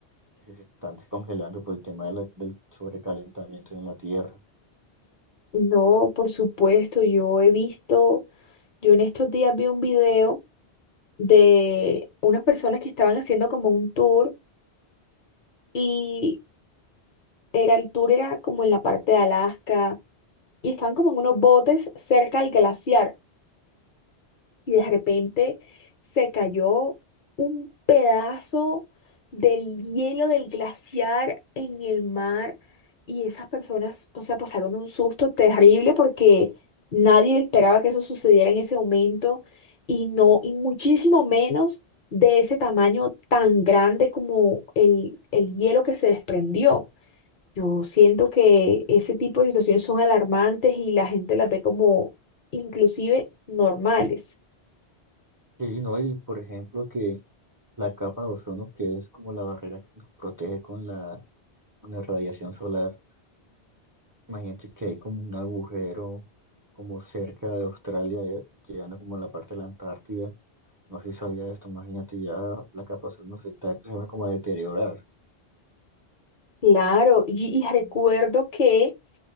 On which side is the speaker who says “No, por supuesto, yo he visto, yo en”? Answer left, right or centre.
Left